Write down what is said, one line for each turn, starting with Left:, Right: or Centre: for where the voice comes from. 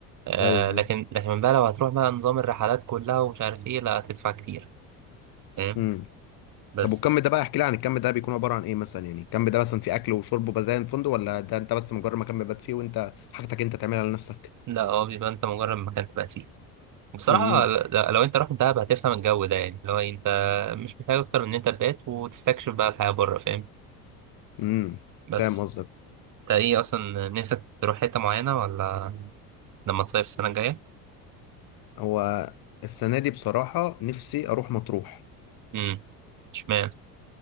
Right: آه
Left: ايوه
Right: لكن لكن بقى لو هتروح بقى نظام الرحلات كلها ومش عارف ايه لا هتدفع كتير فاهم
Left: ايوه
Right: بس
Left: طب والكم ده بقى احكي لي عن الكم ده بيكون عباره عن ايه مثلا يعني الكم ده مثلا في اكل وشرب وبزايا فندق ولا ده انت بس مجرد مكان بيبات فيه وانت حاجتك انت تعملها لنفسك
Right: لا هو بيبقى انت مجرد مكان تبقى فيه بصراحة
Left: امم
Right: ل- لو انت رحت دهب هتفهم الجو ده يعني لو انت مش محتاج اكتر من ان انت تبات وتستكشف بقى الحياة بره فاهم
Left: امم
Right: بس
Left: فاهم قصدك
Right: انت ايه اصلا نفسك تروح حتة معينة ولا لما تصيف السنة الجاية؟
Left: هو السنه دي بصراحه نفسي اروح مطروح
Right: امم اشمعنى